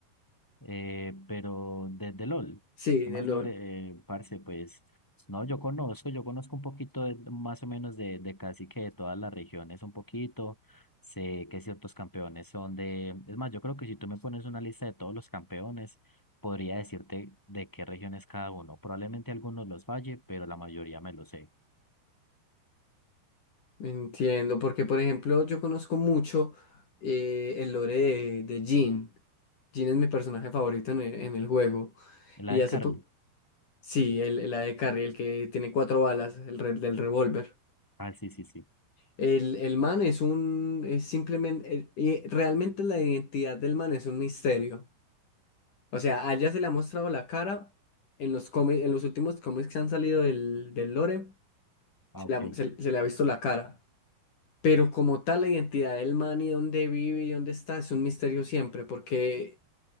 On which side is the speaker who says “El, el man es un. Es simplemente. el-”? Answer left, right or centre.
Left